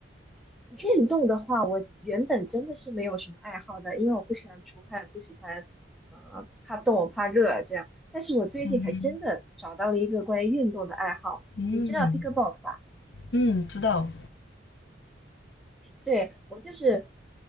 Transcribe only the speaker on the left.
嗯嗯
嗯，知道。